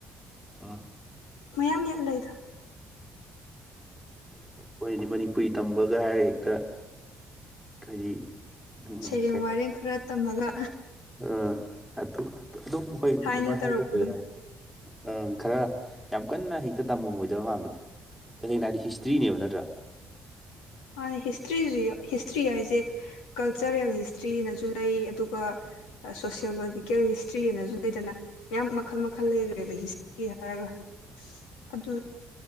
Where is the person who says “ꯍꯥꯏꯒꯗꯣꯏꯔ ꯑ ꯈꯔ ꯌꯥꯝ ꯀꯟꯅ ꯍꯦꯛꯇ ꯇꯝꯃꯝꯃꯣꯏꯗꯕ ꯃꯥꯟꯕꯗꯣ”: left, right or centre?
Centre